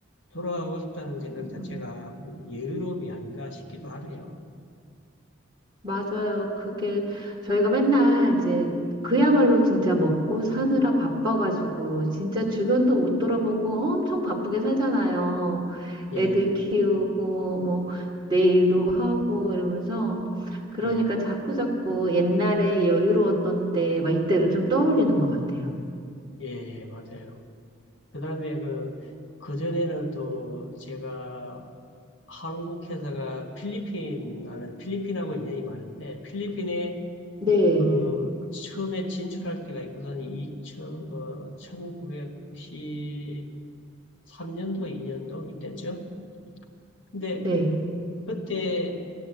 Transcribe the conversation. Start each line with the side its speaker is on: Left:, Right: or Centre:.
Left: 돌아가고 싶다는 생각
Right: 음,
Left: 자체가
Right: 음.
Left: 그 여유로움이 아닌가 싶기도 하네요.
Right: 맞아요. 그게 저희가 맨날 이제 그야말로 진짜 먹고 사느라 바빠가지고 진짜 주변도 못 돌아보고 엄청 바쁘게 살잖아요.
Left: 예,
Right: 애들 키우고 뭐 내 일도 하고 이러면서 그러니까
Left: 예,
Right: 자꾸 자꾸 옛날에 여유로웠던 때 막 이때를 좀 떠올리는 것 같아요.
Left: 예, 예, 맞아요. 그 다음에 그, 그전에는 또 제가 한국 회사가 필리핀, 나는 필리핀하고 인연이 많은데, 필리핀에
Right: 네.
Left: 그 처음에 진출할 때가 있거든. 2 1993년도, 2년도 이때쯤. 근데
Right: 네.
Left: 그때